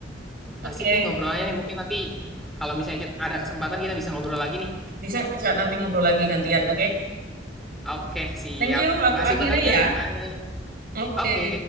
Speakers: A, on the right; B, in the centre.
A: Oke.
B: asik nih ngobrolnya nih. Mungkin nanti kalau misalnya kita ada kesempatan kita bisa ngobrol lagi nih.
A: Bisa bisa nanti ngobrol lagi gantian, oke?
B: Oke, siap.
A: Thank you, aku
B: Makasih
A: akhiri
B: banyak,
A: ya.
B: Kak Ana.
A: Oke.
B: Oke.